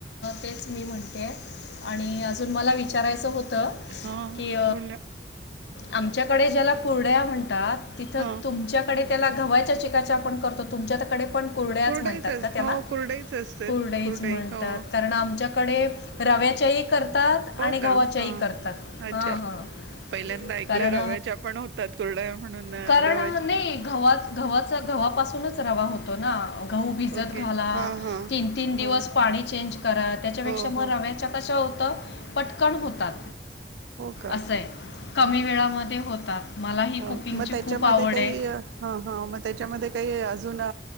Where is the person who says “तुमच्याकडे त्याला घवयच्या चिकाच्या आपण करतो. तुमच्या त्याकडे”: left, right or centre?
Left